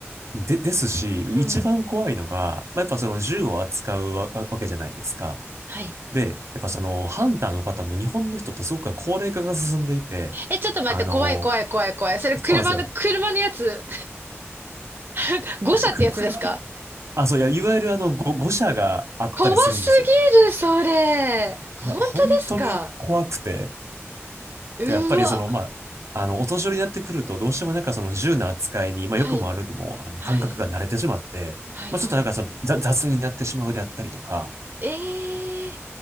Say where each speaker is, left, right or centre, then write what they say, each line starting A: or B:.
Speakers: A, on the right; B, on the right.
A: で、ですし、
B: うん。
A: 一番怖いのが、まあ、やっぱその銃を扱うわ、わけじゃないですか。
B: はい。
A: で、やっぱそのハンターの方も日本の人ってすごく高齢化が進んでいて、
B: え、ちょっと待って、
A: あの、
B: 怖い怖い怖い怖い。それ車の、
A: そうなんですよ。
B: 車のやつ、<laughs> 誤車ってやつですか
A: く、車、あ、そう、いや、いわゆるあの、ご、誤射があったりするんですよ。
B: 怖すぎる、それ。本当ですか
A: いや、本当に怖くて、
B: うわ。
A: でやっぱりその、まあ、あの、お年寄りになってくると、どうしてもなんかその銃の扱いに、まあ、
B: はい、
A: 良くも悪くも、あの、
B: はい、
A: 感覚が慣れてしまって、
B: はい、
A: まあ、
B: はい。
A: ちょっとなんかその、ざ雑になってしまうであったりとか、
B: ええ